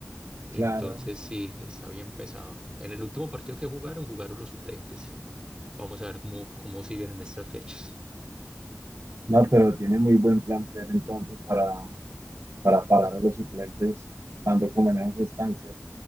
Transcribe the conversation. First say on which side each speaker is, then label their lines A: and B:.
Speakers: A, on the right; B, on the right.
A: Entonces
B: Claro.
A: sí, está bien pesado. En el último partido que jugaron, jugaron los suplentes. Vamos a ver cómo, cómo siguen en estas fechas.
B: No, pero tiene muy buen plantel entonces para, para parar a los suplentes, dando como en esas estancias.